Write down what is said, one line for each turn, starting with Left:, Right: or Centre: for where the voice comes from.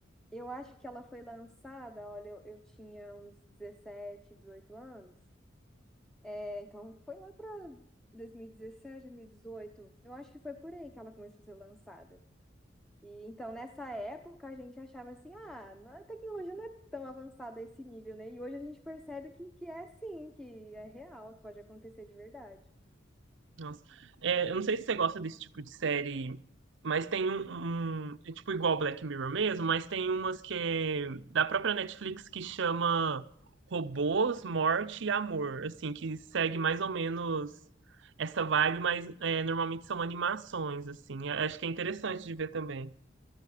Centre: Eu acho que ela foi lançada, olha, eu, eu tinha uns 17 18 anos. É, então foi lá para 2017, dezoito Eu acho que foi por aí que ela começou a ser lançada. E então, nessa época, a gente achava assim, ah, não- a tecnologia não é tão avançada a esse nível, né? E hoje a gente percebe que, que é sim, que é real, que pode acontecer de verdade.
Right: Nossa. É, eu não sei se você gosta desse tipo de série, mas tem um, um- é tipo igual Black Mirror mesmo, mas tem umas que é da própria Netflix que chama Robôs, Morte e Amor, assim, que segue mais ou menos essa vibe, mas é, normalmente são animações, assim. Eu Acho que é interessante de ver também.